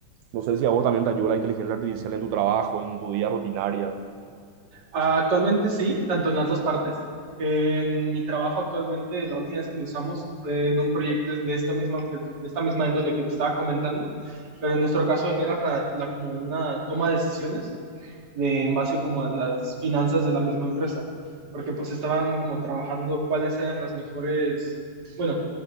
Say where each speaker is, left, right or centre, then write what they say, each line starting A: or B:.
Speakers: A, on the right; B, on the right.
A: No sé si a vos también te ayuda la inteligencia artificial en tu trabajo, en tu día rutinaria.
B: Ah, Actualmente sí, tanto en las dos partes. En mi trabajo actualmente, la última vez que lo usamos fue en un proyecto de esta misma, de esta misma índole que te estaba comentando, pero en nuestro caso era para la, como una toma de decisiones. de, en base como a las finanzas de la misma empresa, porque pues estaban como trabajando cuáles eran las mejores, bueno,